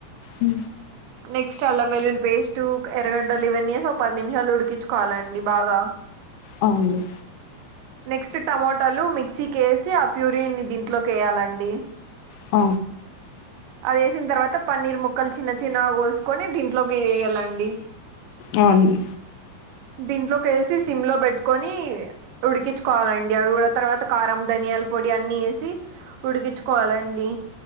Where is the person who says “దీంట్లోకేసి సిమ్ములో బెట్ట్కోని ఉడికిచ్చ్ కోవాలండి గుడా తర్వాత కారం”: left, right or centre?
Right